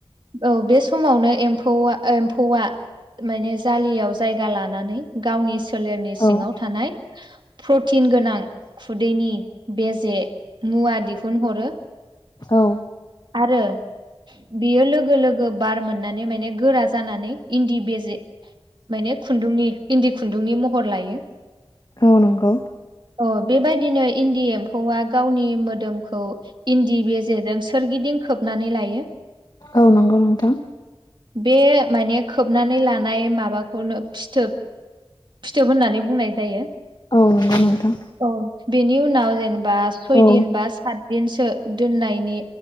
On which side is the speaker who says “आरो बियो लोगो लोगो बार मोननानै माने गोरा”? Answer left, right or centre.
Right